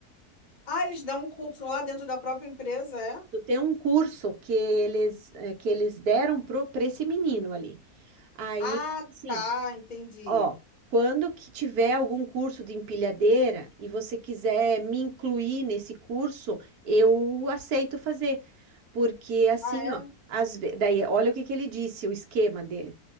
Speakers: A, on the left; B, on the right.
A: Ah, eles dão um curso lá dentro da própria empresa, é?
B: Tem um curso que eles, eh, que eles deram para esse menino ali. Aí,
A: Ah,
B: assim,
A: tá, entendi.
B: ó, quando que tiver algum curso de empilhadeira e você quiser me incluir nesse curso, eu aceito fazer. Porque assim,
A: Ah, é?
B: ó, às ve- daí, olha o que que ele disse, o esquema dele